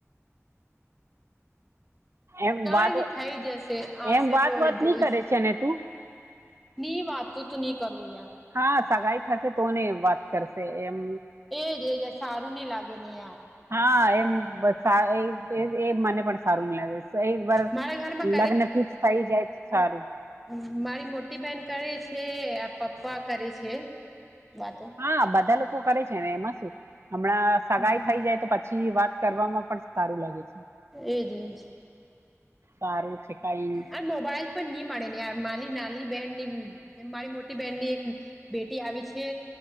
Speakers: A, on the right (about 60°); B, in the centre.
A: એમ
B: કઈ
A: વાત
B: ની થઈ જશે આવશે
A: એમ વાત
B: તો
A: વાત
B: જોઈસ
A: નહી કરે છે ને તું
B: ની વાતું તું ની કરવું યા
A: હા સગાઈ થશે તોને વાત કરશે એમ
B: એજ એજ આ સારું ની લાગે ને યાર
A: હા એમ બસા એ એજ મને પણ સારું ન લાગે એક વાર
B: મારા ઘરમાં
A: લગ્ન ફિક્સ થઈ જાય તો સારું
B: હમ મારી મોટી બહેન કરે છે આ પપ્પા કરે છે વાતો
A: હા બધા લોકો કરે છે ને એમાં શું હમણાં સગાઈ
B: હમ
A: થઈ જાય તો પછી વાત કરવામાં પણ સારું લાગે છે
B: એજ એજ
A: સારું છે કઈ
B: અને મોબાઈલ પણ ની મળે ને યાર મારી નાની બહેન ની મારી મોટી બહેન ની એક બેટી આવી છે